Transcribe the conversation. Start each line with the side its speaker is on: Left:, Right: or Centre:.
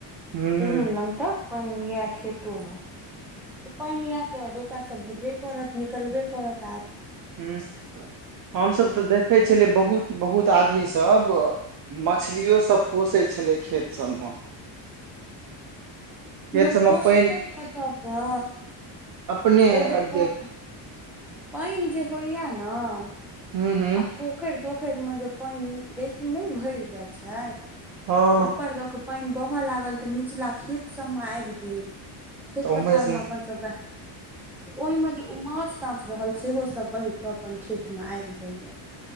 Right: हूं
Centre: ठेहुन
Right: हूं
Centre: लग तक पैन अय खेतो मऽ तऽ पैन यए तऽ डोकासभ हेबे करत निकलबे करत आब
Right: हँ हमसभ तऽ देखै छलियै बहुत बहुत आदमी सभ मछलियो सभ पोषैत छलै खेत सभमऽ
Centre: <inaudible>
Right: खेत
Centre: लोक
Right: सबमे
Centre: पोसतै
Right: पानि
Centre: कतऽसँ
Right: अपने
Centre: ओ तँ
Right: आबि
Centre: पैनि
Right: जायत
Centre: पैन जे होइए नऽ
Right: हूं हूं
Centre: पोखरि तोखरिमे जे पानि बेसी नहि भरि जाइ छै
Right: हँ
Centre: तऽ ऊपर दऽ कऽ पानि बहय लागल तऽ निचला खेत सब मऽ आबि गेल खेत
Right: तऽ
Centre: पथार
Right: उम्हरे सँ
Centre: में अपन सबके ओहि मे जे ओ माछ ताछ रहल सेहो सब बहिके अपन खेतमे आबि गेल बुझलियै